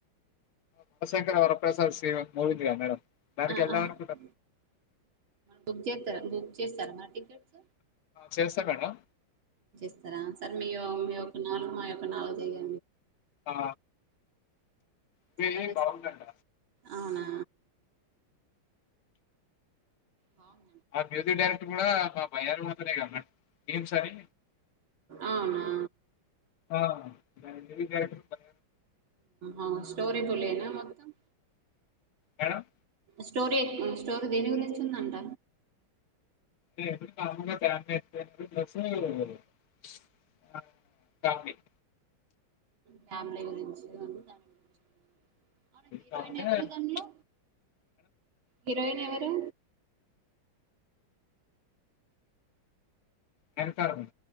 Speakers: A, on the left (about 90°); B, on the right (about 75°).
A: శివ శంకర్ వరప్రసాద్ సినీ మూవీ ఉంది కదా మేడం దానికెళ్దాం
B: ఆ ఆ ఆహా,
A: అనుకున్న
B: బుక్ చేస్తారా బుక్ చేస్తారా మరి టికెట్స్
A: చేస్తా మేడం
B: స్తారా సరె మీ మీ యొక్క నాలుగు మా యొక్క నాలుగు చేయం
A: ఆ ఫిల్మ్
B: చాలా డేస్
A: బాగుందంట
B: అవునా బాగు
A: ఆ మ్యూజిక్ డైరెక్టర్ కూడా మా భయాలు పోతున్నాయా మేడం మీమ్స్ అన్ని
B: అవునా
A: ఆ మ్యూజిక్ డైరెక్టర్
B: ఆ స్టోరిబులేనా మొత్తం
A: మేడం
B: స్టోరె చెప్పు స్టోరి దేని గురించుందంట
A: ఇగ ఎప్పుడు కామన్ గదా <unintelligible> అ కామెడీ
B: ఫ్యామిలీ గురించి ఉంది గాని దాని గురించి అవునా హీరోయిన్
A: కాకపోతే
B: ఎవరు
A: మేడం
B: దాన్లో హీరోయిన్ ఎవరు
A: నయనతార మేడం